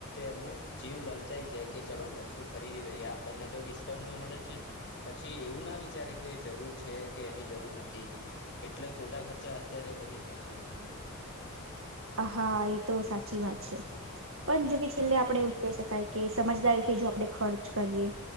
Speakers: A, on the left; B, on the right.
A: એમનું જીવ લલચાઈ કે ચલો ને વસ્તુ ખરીદી લહીએ આપણને તો ડિસ્કાઉન્ટમાં મળે છે ને પછી એવું ના વિચારે કે જરૂર છે કે એની જરૂર નથી એટલે ખોટા ખર્ચા અત્યારે વધી ગયા છે લોકોના
B: હા એ તો સાચી વાત છે પણ જોકે છેલ્લે આપણેે એવું જ કહી શકાય કે સમજદારીથી જો આપડે ખર્ચ કરીએ